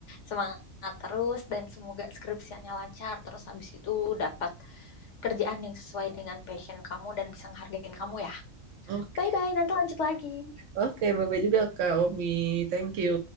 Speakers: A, on the left; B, on the right.
A: Semangat terus dan semoga skripsiannya lancar. Terus habis itu dapat kerjaan yang sesuai dengan passion kamu dan bisa ngehargain kamu ya.
B: Oke,
A: Bye-bye, nanti lanjut lagi.
B: oke, bye bye juga kak Omi, thank you.